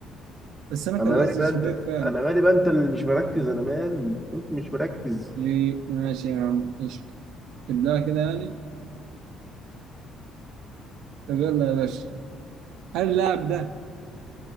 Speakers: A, on the right (about 80°); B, in the centre.
A: بس أنا كان
B: انا مالي
A: قصدي
B: بقى
A: شوبير
B: انت
A: فعلا
B: انا مالي بقى انت اللي مش مركز انا مالي انت مش مركز
A: ليه؟ ماشي يا عم قشطة تبدأ كده يعني؟ طب يلا يا باشا هل اللاعب ده